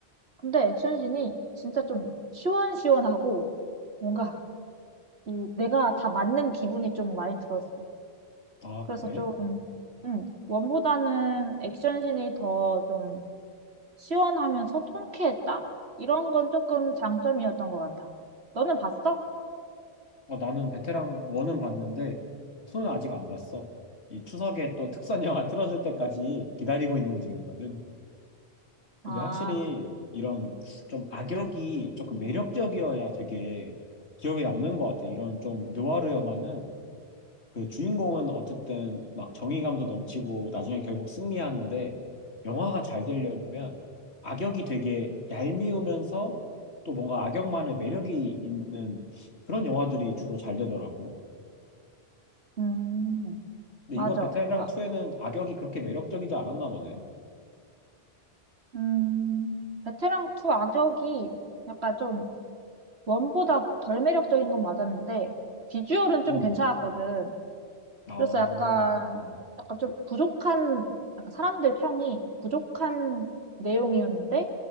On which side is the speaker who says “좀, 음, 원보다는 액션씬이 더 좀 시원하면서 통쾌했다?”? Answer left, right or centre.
Right